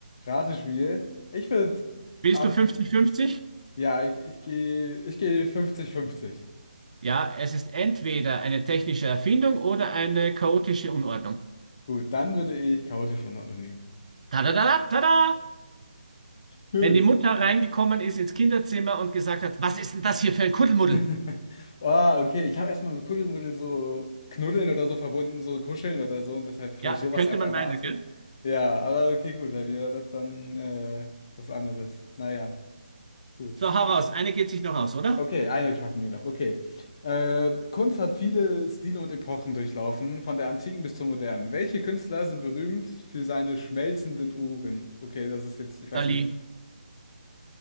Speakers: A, on the left; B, on the right.
A: Ratespiel. Ich würde
B: Willst
A: an,
B: du 50-50?
A: ja, ich, ich gehe, ich gehe 50-50.
B: Ja, es ist entweder eine technische Erfindung oder eine chaotische Unordnung.
A: Gut, dann würde ich chaotische Unordnung nehmen.
B: Tada, tada, tada!
A: <laughs> Gut.
B: Wenn die Mutter reingekommen ist ins Kinderzimmer und gesagt hat, was ist denn das hier für ein Kuddelmuddel?
A: <laughs> Oh, okay. Ich habe erstmal mit Kuddelmuddel so knuddeln oder so verbunden, so kuscheln oder so und deshalb
B: Ja,
A: habe ich sowas
B: könnte
A: auch
B: man
A: erwartet.
B: meinen, gell?
A: Ja, aber okay, gut, dann wäre das dann äh, was anderes. Naja, gut.
B: So, hau raus. Eine geht sich noch aus, oder?
A: Okay, eine schaffen wir noch. Okay. Äh, Kunst hat viele Stile und Epochen durchlaufen, von der Antiken bis zur Modernen. Welche Künstler sind berühmt für seine schmelzenden Uhren? Okay, das ist jetzt, ich weiß
B: Dali.